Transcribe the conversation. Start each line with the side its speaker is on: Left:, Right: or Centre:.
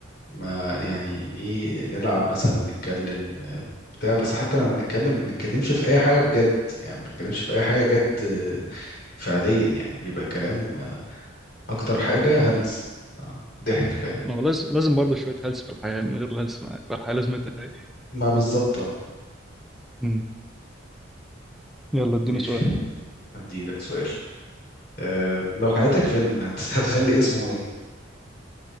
Left: ما يعني ايه نلعب مثلا نتكلم آه، بتاع بس حتى لما بنتكلم ما بنتكلمش في أي حاجة بجد يعني ما بنتكلمش في أي حاجة جد آه، فعليا يعني بيبقى الكلام آه، أكتر حاجة هلس آه، ضحك فاهم
Centre: ما هو لازم لازم برضه شوية هلس في الحياة من غير الهلس ما- الحياة لازمتها ايه
Left: ما بالظبط آه.
Centre: مم. يلا اديني
Left: ماشي
Centre: سؤال
Left: هديلك سؤال أه لو حياتك فيلم هت... <laughs> هتخلي اسمه ايه؟